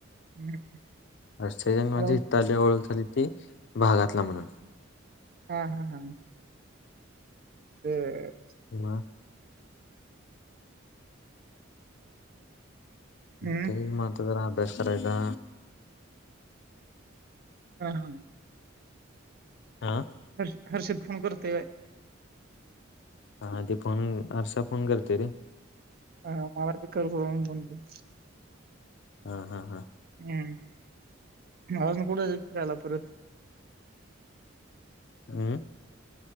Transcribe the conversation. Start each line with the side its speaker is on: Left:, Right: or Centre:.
Right: हम्म
Left: ह सजन म्हणजे
Right: अरे मग
Left: इथे आल्यावर ओळख झाली ती भागातला म्हणून.
Right: हा हा हा ते
Left: <unintelligible>
Right: हम्म
Left: ते मग आता जरा अभ्यास करायला.
Right: हा हा
Left: हा
Right: हर्ष हर्षद फोन करते व्हय.
Left: हा ते फोन हारशा फोन करते रे.
Right: हा मला बी करतो आधुन मधुन.
Left: हा हा
Right: हम्म म अजून कुठ फिरायला परत.
Left: हम्म